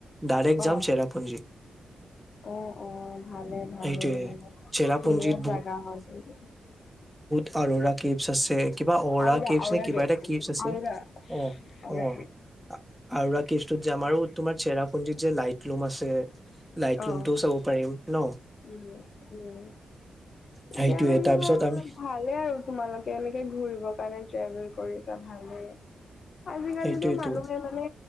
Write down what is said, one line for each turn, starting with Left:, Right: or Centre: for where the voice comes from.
Centre: ডাইৰেক্ট
Left: অ
Centre: যাম
Left: অ
Centre: চেৰাপুঞ্জীত।
Left: অ', অ', হয় ভালে ভালে
Centre: সেইটোৱে
Left: এনেকৈ।
Centre: চেৰাপুঞ্জীত
Left: শুনি আছা। <unintelligible>
Centre: অ'ৰ'ৰা কেভছ আছে কিবা অৰা
Left: আওৰা
Centre: কেভছ
Left: আওৰা
Centre: নে কিবা
Left: গে
Centre: এটা কেভছ আছে
Left: আওৰা
Centre: অ',
Left: আওৰা
Centre: অ', আ, আউৰা কিষ্টোত যে আমাৰো তোমাৰ চেৰা পুঞ্জীৰ যে, লাইটলুম আছে। লাইট
Left: অহ',
Centre: লুমটোও চাব পাৰিম ন
Left: উম', উম'। এতিয়া
Centre: সেইটোয়ে
Left: মানে,
Centre: তাৰপিছত আমি
Left: ভালে আৰু। তোমালোকে এনেকে ঘূৰিবৰ কাৰণে ট্ৰেভেল কৰিছা, ভালেই। আজিকালিতো
Centre: সেইটোয়েটো
Left: মানুহে মানে।